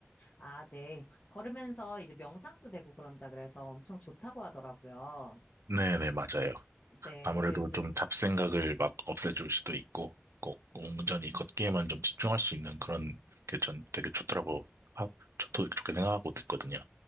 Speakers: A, on the left; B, on the right.
A: 아, 네. 걸으면서 이제 명상도 되고 그런다 그래서 엄청 좋다고 하더라고요.
B: 네네, 맞아요.
A: 네,
B: 아무래도
A: 그래- 그래-
B: 좀 잡생각을 막 없애줄 수도 있고, 꼭 온전히 걷기에만 좀 집중할 수 있는 그런 게 전 되게 좋더라고, 하, 좋, 좋게 생각하고 듣거든요.